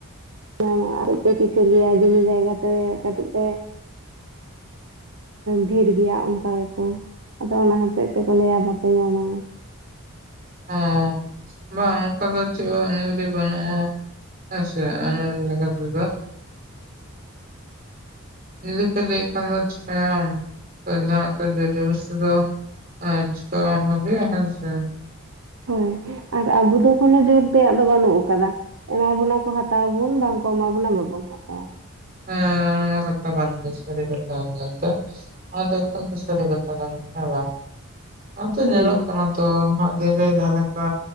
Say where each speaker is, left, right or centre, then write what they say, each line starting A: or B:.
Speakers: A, on the right (about 65°); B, on the right (about 45°).
A: <unintelligible> <unintelligible> ᱠᱤᱥᱟᱹᱲ ᱜᱮᱭᱟ ᱡᱚᱢᱤ ᱡᱟᱭᱜ-ᱟ ᱛᱮ ᱠᱟᱹᱴᱤᱡ ᱯᱮ ᱰᱷᱮᱨ ᱜᱮᱭᱟ ᱚᱱᱠᱟᱭ-ᱟ ᱠᱚ ᱟᱫᱚ ᱚᱱᱟ ᱦᱚᱛᱮᱡ ᱛᱮᱠᱚ ᱞᱟᱹᱭ-ᱟ ᱵᱟᱯᱮ ᱧᱟᱢᱟ᱾
B: ᱚ ᱵᱟᱝ ᱚᱝᱠᱟ ᱫᱚ ᱪᱮᱫ ᱦᱚᱸ <unintelligible> ᱵᱟᱹᱱᱩᱜᱼᱟ ᱦᱮᱸ ᱥᱮ ᱚᱱᱟ ᱞᱮᱠᱟᱛᱮ ᱡᱩᱫᱤ ᱯᱮ ᱞᱟᱹᱭ ᱮᱫ ᱠᱷᱟᱱ ᱫᱚ ᱪᱤᱠᱟᱭᱼᱟᱢ ᱛᱚ ᱡᱟᱸᱦᱟᱱᱟᱜ ᱛᱚ ᱡᱳᱨ ᱡᱳᱵᱳᱥᱛᱤ ᱫᱚ <unintelligible> <unintelligible> ᱦᱮᱸ ᱥᱮ
A: ᱦᱳᱭ ᱟᱨ ᱟᱵᱚ ᱫᱚ ᱠᱳᱱᱳ ᱡᱳᱨ ᱛᱮᱭᱟᱜ ᱫᱚ ᱵᱟᱹᱱᱩᱜ ᱟᱠᱟᱫᱟ᱾ ᱮᱢᱟ ᱵᱚᱱᱟ ᱠᱚ ᱦᱟᱛᱟᱣ ᱟᱵᱩᱱ ᱵᱟᱝ ᱠᱚ ᱮᱢᱟ ᱵᱚᱱᱟ ᱵᱟᱵᱚᱱ ᱦᱟᱛᱟᱣᱟ᱾
B: ᱦᱮ ᱚᱱᱟ ᱢᱟ ᱠᱟᱛᱷᱟ <unintelligible> ᱥᱟᱹᱨᱤ ᱠᱟᱛᱷᱟ ᱠᱟᱱᱜᱮᱭ-ᱟ᱾ <unintelligible> ᱮᱠᱟᱞ ᱛᱮ ᱥᱟᱹᱨᱤ ᱠᱟᱛᱷᱟ ᱠᱟᱱᱜᱮᱭ-ᱟ ᱦᱮᱸ ᱵᱟᱝ ᱟᱫᱚ
A: ᱦᱩᱸ
B: ᱧᱮᱞᱚᱜ ᱠᱟᱱᱟ᱾ ᱛᱚ ᱱᱟᱦᱟᱜ ᱫᱤᱱᱨᱮ ᱡᱟᱸᱦᱟ ᱞᱮᱠᱟ,